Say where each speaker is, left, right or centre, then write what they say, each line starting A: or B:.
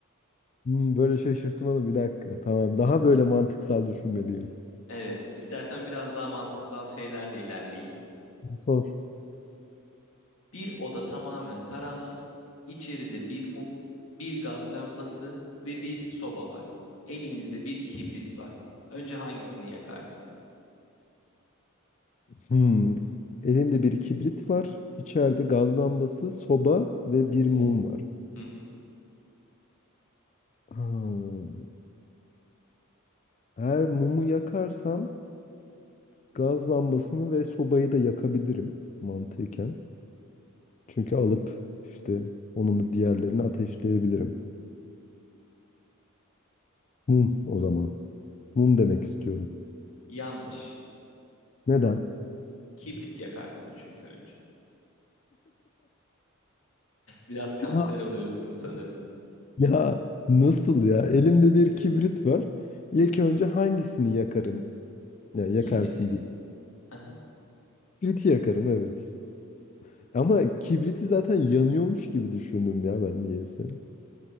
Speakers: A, on the left; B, on the left.
A: Hmm, böyle şaşırtmalı bir dakika. Tamam. Daha böyle mantıksal düşünmeliyim.
B: Evet, istersen biraz daha mantıksal şeylerle ilerleyeyim.
A: Sor.
B: Bir oda tamamen karanlık, içeride bir mum, bir gaz lambası ve bir soba var. Elinizde bir kibrit var. Önce hangisini yakarsınız?
A: Hmm. Elimde bir kibrit var. İçeride gaz lambası, soba ve bir
B: Mum.
A: mum var.
B: Hı hı.
A: Ha. Eğer mumu yakarsam gaz lambasını ve sobayı da yakabilirim mantıken. Çünkü alıp işte onun da diğerlerini ateşleyebilirim. Mum o zaman. Mum demek istiyorum.
B: Yanlış.
A: Neden?
B: Kibrit yakarsın çünkü önce. Biraz kanser
A: Ya
B: oluyorsun sanırım.
A: Ya nasıl ya? Elimde bir kibrit var. İlk önce hangisini yakarım? Ya yakarsın
B: Kibriti.
A: diye.
B: Hı hı.
A: Kibriti yakarım evet. Ama kibriti zaten yanıyormuş gibi düşündüm ya ben niyeyse.